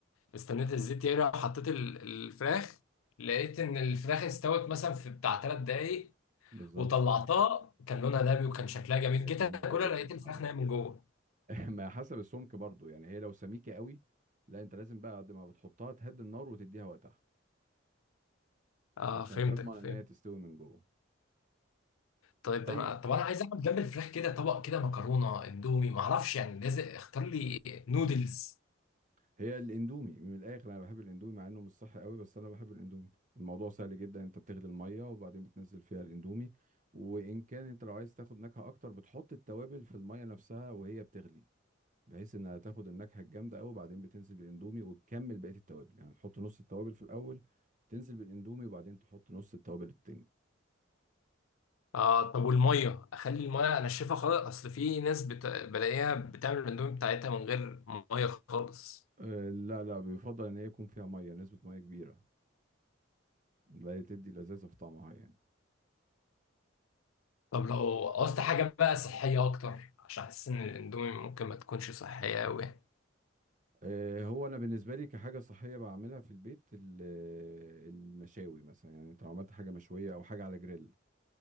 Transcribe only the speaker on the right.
بالظبط
كانت
جميله
جدا
اه
<laughs> ما حسب السمك برضو يعني هي لو سميكه قوي لا انت لازم بقى قد ما بتحطها تهدي النار وتديها وقتها
عشان
تضمن
ان هي تستوي من جوه
طيب
هي الاندومي من الاخر انا بحب الاندومي مع انه مش صح قوي بس انا بحب الاندومي الموضوع سهل جدا انت بتغلي الميه وبعدين بتنزل فيها الاندومي وان كان انت لو عايز تاخد نكهه اكتر بتحط التوابل في الميه نفسها وهي بتغلي بحيث انها تاخد النكهه الجامده قوي وبعدين بتنزل بالاندومي وتكمل بقيه التوابل يعني تحط نص التوابل في الاول تنزل بالاندومي وبعدين تحط نص التوابل التاني
أه لا لا بيفضل ان هي يكون فيها ميه نسبه ميه كبيره لا تدي لذاذه في طعمها يعني
آه، هو انا بالنسبه لي كحاجه صحيه بعملها في البيت ال- آه، المشاوي مثلا يعني انت لو عملت حاجه مشويه او حاجه على جريل